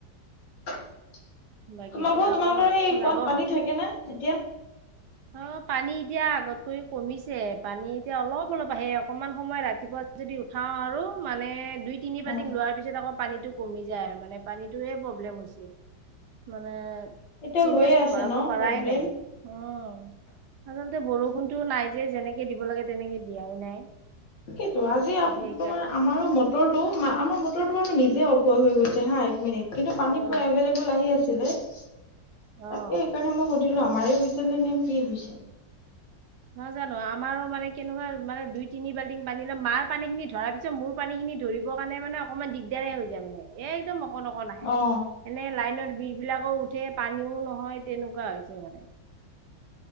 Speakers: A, on the left (about 75°); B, on the right (about 70°).
A: তোমালোকৰ-
B: বাকী এতিয়া আকৌ
A: তোমালোকৰ সেই কুৱাত
B: যাব
A: পানী থাকে নে? এতিয়া।
B: অ পানী এতিয়া আগতকৈ কমিছে পানী এতিয়া অলপ- অলপ আহে অকনমান সময় ৰাতিপুৱা যদি উঠাও আৰু মানে দুই তিনি বাল্টিং
A: অ
B: লোৱাৰ পিছত আকৌ পানীটোক কমি যায় আৰু মানে পানীটো প্ৰব্লেম হৈছে মানে
A: এতিয়াও
B: চিন্তেছ
A: হৈয়ে আছে
B: ভৰাব
A: ন
B: পাৰাই
A: প্ৰব্লেম
B: নাই। উম। আচলতে বৰষুণটো নাই যে যেনেকে দিব লাগে তেনেকে দিয়াই নাই।
A: সেইটো আজি
B: সেই সেইকাৰ
A: তোমাৰ আমাৰো মটৰটো- আমাৰ মটৰটো বাৰু নিজে অফ হৈ গৈছে। হা, এক মিনিট কিন্তু পানী
B: অ
A: পুৰা এভেইলেবল আহি আছিলে, তাকে
B: অ
A: সেইকাৰণে মই সুধিলো আমাৰে হৈছে নে নে। কি হৈছে?
B: নাজানো আমাৰো মানে কেনেকুৱা মানে দুই তিনি বালটিং পানী ল মাৰ পানী খিনি ধৰাৰ পিছত মোৰ পানী খিনি। ধৰিবৰ কাৰণে মানে অকমান দিগদাৰে হৈ যায় মানে। এই একদম অকণ অকন আহে
A: অ
B: এনে লাইনত বিজবিলাকো উঠে পানীও নহয় তেনেকুৱা হৈছে মানে।